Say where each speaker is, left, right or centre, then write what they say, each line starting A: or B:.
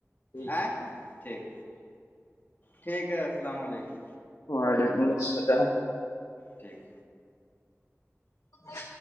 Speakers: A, on the left (about 85°); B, on the left (about 35°).
A: ٹھیک
B: آئیں ٹھیک ٹھیک ہے السلام علیکم
A: وعلیکم السلام
B: ٹھیک
A: ا